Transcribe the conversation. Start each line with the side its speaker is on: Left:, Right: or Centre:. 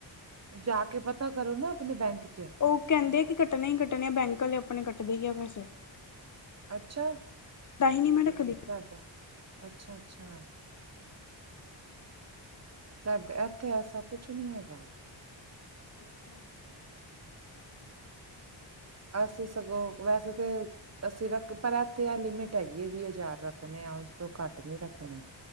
Right: ਜਾ ਕੇ ਪਤਾ ਕਰੋ ਨਾ ਆਪਣੇ ਬੈਂਕ' ਚ।
Left: ਓ ਕੇਂਦੇ ਕਿ ਕੱਟਣੇ ਈ ਕੱਟਣੇ ਆ ਬੈਂਕ ਅਲੇ। ਆਪਣੇ ਕੱਟਦੇ ਈ ਆ ਪੈਸੇ।
Right: ਅੱਛਾ
Left: ਤਾਂਹੀ ਨੀ ਮੈਂ ਰੱਖਦੀ।
Right: ਸਾਡਾ, ਅੱਛਾ- ਅੱਛਾ। ਡਾ ਏਥੇ ਐਸਾ ਕੁਛ ਨੀ ਹੈਗਾ।
Left: ਅੱਛਾ
Right: ਅਸੀਂ ਸਗੋਂ ਵੈਸੇ ਤੇ- ਅਸੀਂ ਰੱਖ ਪਰ ਏਥੇ ਐ ਲਿਮਿਟ ਹੈਗੀ ਏ ਵੀ ਹਜ਼ਾਰ ਰੱਖਣੇ ਆ ਉਸ ਤੋਂ ਘੱਟ ਨੀ ਰੱਖਣੇ।